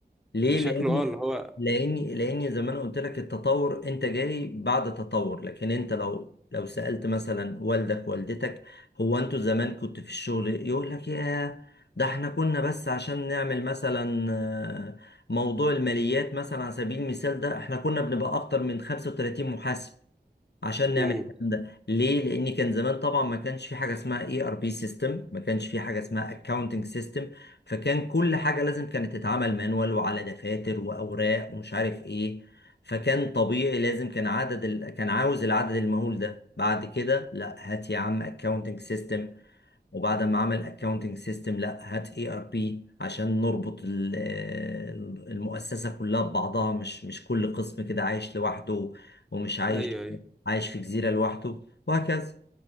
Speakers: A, on the left; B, in the centre.
A: ليه؟
B: شكله
A: لان
B: اه اللي هو
A: لاني لاني زي ما انا قلت لك التطور انت جاي بعد تطور لكن انت لو لو سألت مثلا والدك والدتك هو انتوا زمان كنت في الشغل يقول لك يا ده احنا كنا بس عشان نعمل مثلا آه، موضوع الماليات مثلا على سبيل المثال ده احنا كنا بنبقى اكتر من 35 محاسب عشان نعمل
B: امم
A: الكلام ده ليه لان كان زمان طبعا ما كانش في حاجه اسمها اي ار بي سيستم ما كانش في حاجه اسمها اكاونتنج سيستم فكان كل حاجه لازم كانت تتعمل مانوال وعلى دفاتر واوراق ومش عارف ايه فكان طبيعي لازم كان عدد ال... كان عاوز العدد المهول ده بعد كده لا هات يا عم اكاونتنج سيستم وبعد ما عمل اكاونتنج سيستم لا هات اي ار بي عشان نربط ال- ال- المؤسسة كلها ببعضها مش مش كل قسم كده عايش لوحده ومش عايش
B: ايوه ايوه
A: عايش في جزيرة لوحده وهكذا